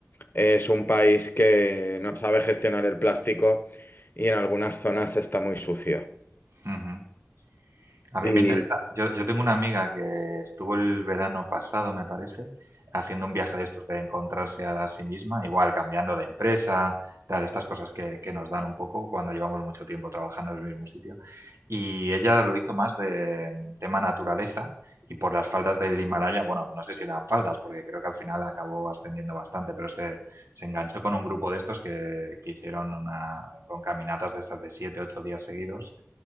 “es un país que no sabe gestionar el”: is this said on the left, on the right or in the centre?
Left